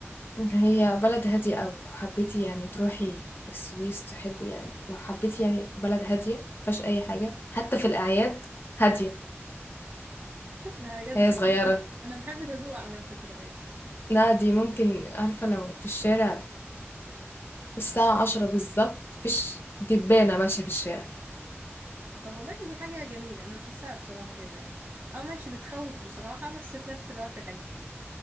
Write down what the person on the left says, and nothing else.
هي بلد هادية قوي لو حبيتي يعني تروحي السويس تحبي يعني لو حبيتي يعني بلد هادية مفيهاش اي حاجة حتى في الاعياد هادية
هي
صغيرة
لا دي ممكن عارفة لو في الشارع الساعة عشرة بالظبط مفيش دبانة ماشية في الشارع